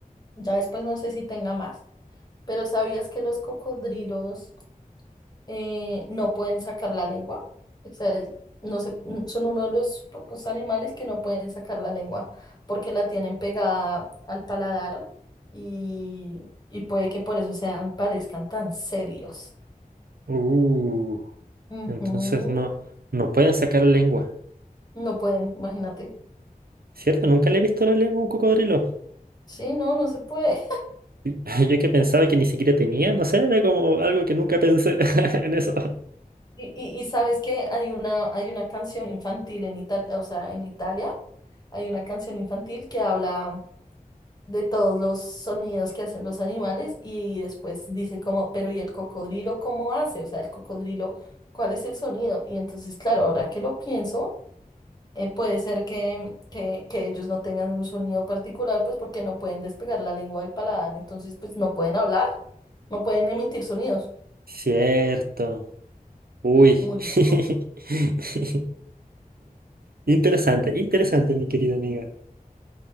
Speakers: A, on the left (about 25°); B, on the right (about 80°).
A: ya después no sé si tenga más. Pero ¿sabías que los cocodrilos eh, no pueden sacar la lengua? O sea, no sé, mm, son uno de los pocos animales que no pueden sacar la lengua porque la tienen pegada al paladar y, y puede que por eso sean, parezcan tan serios.
B: Uh,
A: Ujú,
B: entonces no, no pueden sacar la lengua.
A: No pueden, imagínate.
B: ¿Cierto? Nunca le he visto la lengua a un cocodrilo.
A: Sí, no, no se puede.
B: <laughs> Yo que pensaba que ni siquiera tenía, no sé, era como algo que nunca pensé <laughs> en eso.
A: Y, y- y sabes que hay una, hay una canción infantil en Italia, o sea, en Italia hay una canción infantil que habla de todos los sonidos que hacen los animales y después dice como, pero ¿y el cocodrilo cómo hace? O sea, el cocodrilo, ¿cuál es el sonido? Y entonces, claro, ahora que lo pienso, eh, puede ser que, que, que ellos no tengan un sonido particular, pues porque no pueden despegar la lengua del paladar, entonces pues no pueden hablar, no pueden emitir sonidos.
B: Cierto. Uy.
A: Muy
B: <laughs>
A: loco,
B: Interesante, interesante, mi querida amiga.